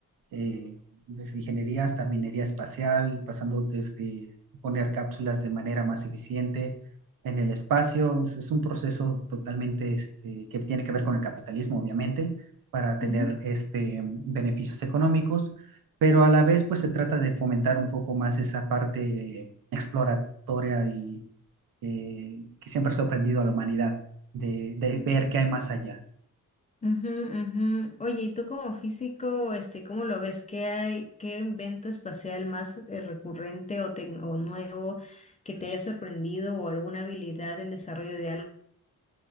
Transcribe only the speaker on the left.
ujú.
Ujú, ujú. Oye, ¿y tú como físico, este, cómo lo ves? ¿Qué hay, qué invento espacial más eh, recurrente o, tec- o nuevo que te haya sorprendido o alguna habilidad del desarrollo de algo,